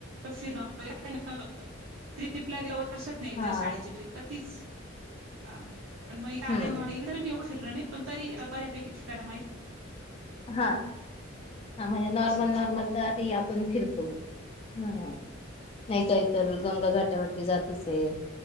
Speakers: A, on the right (about 75°); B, on the left (about 30°).
A: फिरणे वगैरे, ट्रिपला गेला वर्षात ना एकदा
B: हा
A: शाळेची ट्रिप का तिच हा महिना
B: हम्म
A: आले फिरल नाही, उशिराने. पण तरी बऱ्यापैकी ठिकाण माहित
B: हा हा, म्हणजे नॉर्मल
A: नाशिकचे
B: नॉर्मल तरी आपण फिरतो. हा हा, नाहीच आहेत. तर गंगा घाटावरती जात असेल